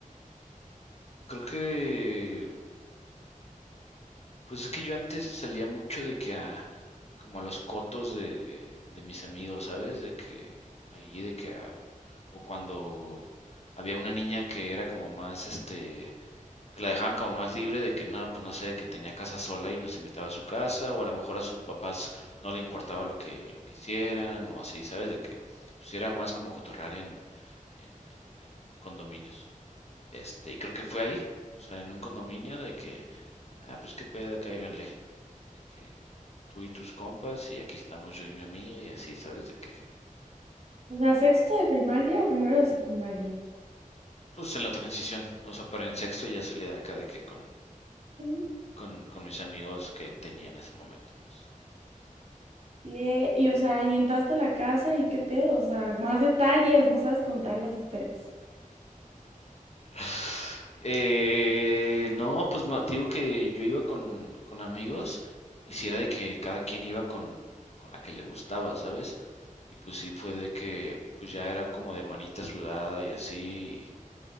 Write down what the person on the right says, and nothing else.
O sea, ¿sexto de primaria o primero de secundaria?
Sí.
¿Qué? Y, o sea, y entraste a la casa y qué pedo, o sea, más detalles, no sabes contar las historias.